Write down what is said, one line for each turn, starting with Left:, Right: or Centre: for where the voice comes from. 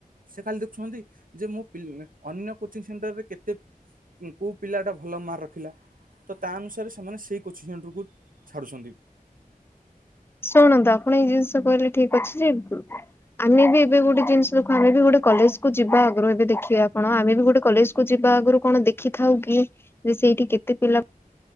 Right: ସେ ଖାଲି ଦେଖୁଛନ୍ତି ଯେ ମୁଁ ଅନ୍ୟ କୋଚିଂ ସେଣ୍ଟରରେ କେତେ କୋଉ ପିଲା ଟା ଭଲ ମାର୍କ ରଖିଲା ତ ତା ଅନୁସାରେ ସେମାନେ ସେ କୋଚିଂ ସେଣ୍ଟରକୁ ଛାଡ଼ୁଛନ୍ତି।
Left: ଶୁଣନ୍ତୁ ଆପଣ ଏଇ ଜିନିଷ କହିଲେ ଠିକ ଅଛି ଯେ ଆମେ ବି ଏବେ ଗୋଟେ ଜିନିଷ ଦେଖୁ ଆମେ ବି ଗୋଟେ କଲେଜ କୁ ଯିବା ଆଗ୍ରହ ଏବେ ଦେଖିବା ଆପଣ ଆମେ ବି ଗୋଟେ କଲେଜ କୁ ଯିବୁ ବା ଆଗରୁ କଣ ଦେଖିଥାଉ କି ଯେ ସେଇଠି କେତେ ପିଲା